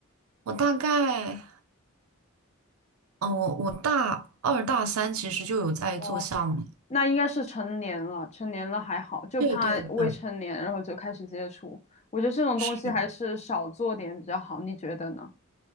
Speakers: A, on the right; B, on the left.
A: 我大概，嗯，我我大二大三其实就有在做项目，
B: 哦，那应该是成年了，成年了还好，就怕未成年然后就开始接触。
A: 对对对，
B: 我觉得这种东西还是少做点比较好，
A: 是。
B: 你觉得呢？